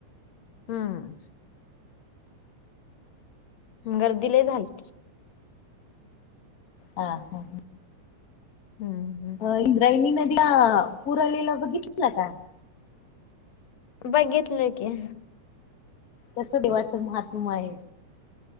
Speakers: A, on the left (about 65°); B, on the left (about 80°).
A: हम्म गर्दी लय झालती
B: ह हा हा
A: हम्म
B: अ इंद्रायणी नदीला पूर आलेला बघितल का?
A: बघितलं की
B: तस देवाचं महात्म आहे.